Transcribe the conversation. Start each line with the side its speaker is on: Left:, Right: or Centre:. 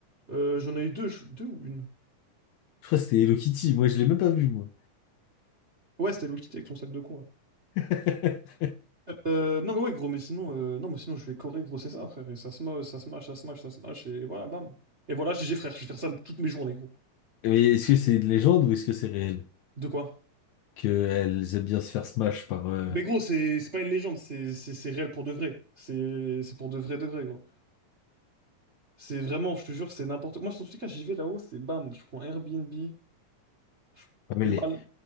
Right: Euh, j'en ai eu deux, je- deux ou une?
Left: Je crois que c'était Hello Kitty. Moi, je l'ai même pas vu, moi.
Right: Ouais, c'était Hello Kitty avec son sac de con, là.
Left: <laughs>
Right: Euh, non, mais ouais, gros, mais sinon, euh, non, mais sinon, je vais corée, gros, c'est ça, frère. Et ça se moche, ça se mâche, ça se mâche, ça se mâche, et voilà, bam. Et voilà, GG, frère, je vais faire ça toutes mes journées, gros.
Left: Mais est-ce que c'est une légende ou est-ce que c'est réel?
Right: De quoi?
Left: Qu'elles aiment bien se faire smash par... euh,
Right: Mais gros, c'est c'est pas une légende, c'est c'est- c'est réel pour de vrai. C'est c'est pour de vrai, de vrai, gros. C'est vraiment, je te jure, c'est n'importe quoi. Moi, dans tous les cas, j'y vais là-haut, c'est bam, je prends Airbnb, je...
Left: Ah, mais
Right: 1000
Left: les,
Right: balles.